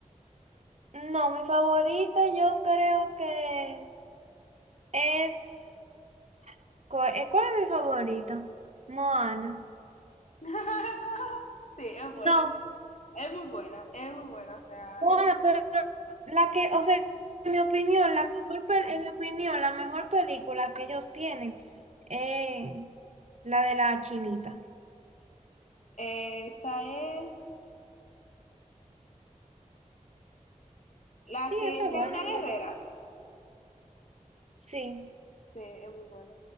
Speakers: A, on the right (about 55°); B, on the left (about 65°).
A: No, mi favorita yo creo que es... ¿cu- eh, ¿Cuál es mi favorita? Moana.
B: <laughs> Sí, es buena.
A: No,
B: Es muy buena. Es muy buena. O sea,
A: Moana,
B: es-
A: pero la que, o sea, en mi opinión, la mejor, pel- en mi opinión, la mejor película que ellos tienen es la de la chinita.
B: esa es la
A: Sí,
B: que
A: eso
B: ella
A: es bueno,
B: es una guerrera.
A: en verdad. Sí.
B: Sí, es muy buena.